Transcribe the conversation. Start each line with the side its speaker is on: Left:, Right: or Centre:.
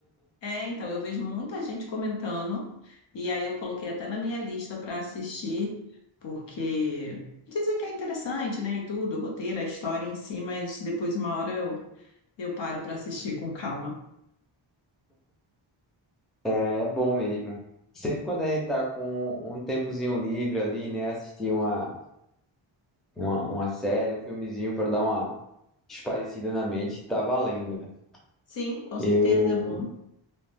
Left: É, então, eu vejo muita gente comentando. E aí eu coloquei até na minha lista para assistir, porque dizem que é interessante, né? E tudo, o roteiro, a história em si, mas depois, uma hora, eu, eu paro para assistir com calma.
Centre: É bom mesmo. Sempre quando a gente tá com um tempozinho livre ali, né? Assistir uma, uma, uma série, um filmezinho pra dar uma espairecida na mente, tá valendo. né?
Left: Sim, com
Centre: Eu,
Left: certeza é bom.